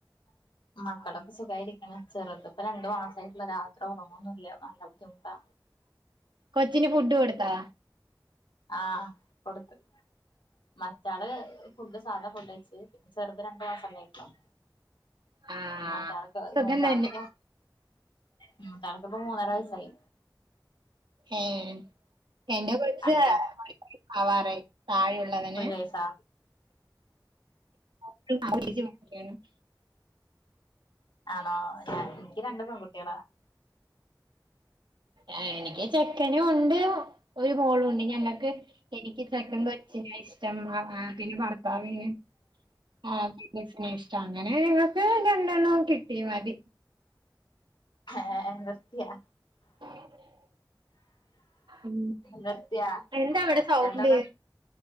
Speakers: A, on the left; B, on the right.
A: <inaudible> മക്കളൊക്കെ സുഖായിട്ടിരിക്കണ് ചെറുത് ഇപ്പ രണ്ടു മാസമായിട്ടുള്ളൂ രാത്രി ഉറക്കമൊന്നുംല്ല നല്ല ബുദ്ധിമുട്ടാ
B: കൊച്ചിന് ഫുഡ് കൊടുത്താ
A: ആഹ് കൊടുത്ത് മറ്റാള് ഫുഡ് സാധാ ഫുഡ്കഴിച്ചു ചെറുതിന് രണ്ട് മാസല്ലായിട്ടോള്ളൂ
B: ആ
A: മറ്റാൾക്ക്
B: സുഖം
A: മുത്താൾക്കു
B: തന്നെ
A: പോ ഉം മൂത്താൾക്കിപ്പോ മൂന്നര വയസ്സായി
B: ഏഹ് എന്റെ കൊച്
A: അടുത്ത
B: <unintelligible> ആവാറായി താഴെയുള്ളവന്
A: ഒരു വയസാ
B: <unintelligible>
A: ആണോ ഞാൻ എനിക്ക് രണ്ട് പെൺകുട്ടിയാളാ
B: ആ എനിക്ക് ചെക്കനും ഉണ്ട് ഒരു മോളും ഉണ്ട് ഞങ്ങൾക്ക് എനിക്ക് ചെക്കൻ കൊ നെ ഇഷ്ടം പിന്നെ ഭർത്താവിന് ആ <unintelligible> ഇഷ്ടം അങ്ങനെ ഞങ്ങക്ക് രണ്ടെണ്ണം കിട്ടി മതി
A: ഹെ ഹേ നിർത്തിയോ?
B: <inaudible> ഉം
A: നിർത്തിയോ
B: എന്താ അവിടെ സൗണ്ട്
A: രണ്ടെണ്ണം?